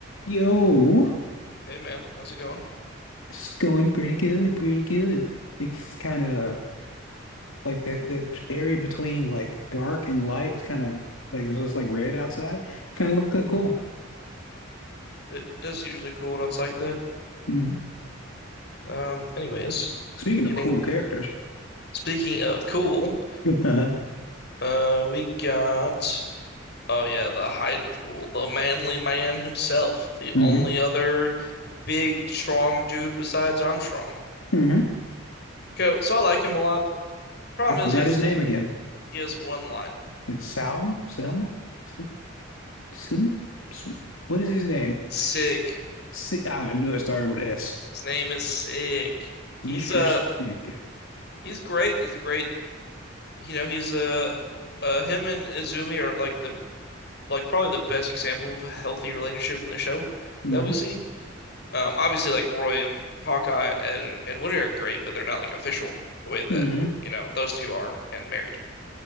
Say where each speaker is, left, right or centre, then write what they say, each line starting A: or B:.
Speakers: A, on the left; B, on the left.
A: Yo,
B: Hey man, how's it going?
A: it's going pretty good, pretty good. It's kind of like that that area between like dark and light. It's kind of like it's just like red outside. Kind of look kinda cool.
B: It, it does usually cool when it's like that.
A: hmm
B: Um, anyways,
A: Speaking
B: getting
A: of cool characters,
B: speaking of cool,
A: <laughs> uh-huh.
B: uh, we got oh yeah, the height of cool, the manly man himself, the only
A: hmm
B: other big strong dude besides Armstrong.
A: hmm
B: Co so I like him a lot. Problem
A: I forgot
B: is he has
A: his name again.
B: he has one line.
A: It's Salm, Selm, Sim, Sim. Sim- What is his name?
B: Sig.
A: Si ah, I knew it started with S.
B: His name is Sig. He's
A: Mr.
B: uh
A: Sig.
B: he's great. He's a great you know he's uh uh him and Izumi are like the like probably the best example of a healthy relationship in the show
A: hmm
B: that we see. Um, obviously, like Roy and Hawkeye and Ed and, and Winter are great, but they're not like official the way that
A: hmm
B: you know those two are and married.